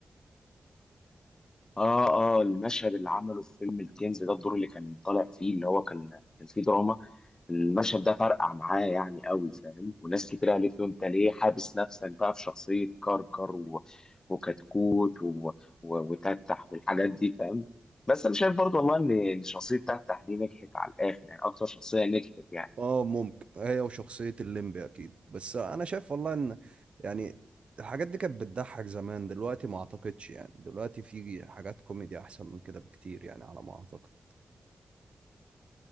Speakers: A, on the left; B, on the right.
A: اه اه المشهد اللي عمله في فيلم الكنز ده الدور اللي كان طالع فيه اللي هو كان كان فيه دراما المشهد ده فرقع معاه يعني قوي فاهم وناس كتير قالت له انت ليه حابس نفسك بقى في شخصية كركر و... وكتكوت و... و... وتتح والحاجات دي فاهم بس انا شايف برضو والله ان إن شخصية تتح دي نجحت على الاخر يعني اكتر شخصية نجحت يعني
B: اه ممكن هي وشخصية الليمبي اكيد بس انا شايف والله ان يعني الحاجات دي كانت بتضحك زمان دلوقتي ما اعتقدش يعني دلوقتي في حاجات كوميدي احسن من كده بكتير يعني على ما اعتقد